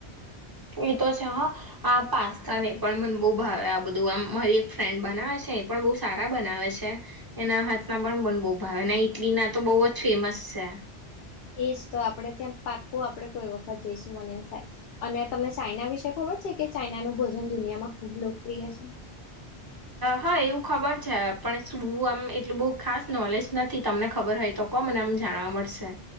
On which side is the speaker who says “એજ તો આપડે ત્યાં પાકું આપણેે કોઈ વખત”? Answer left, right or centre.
Left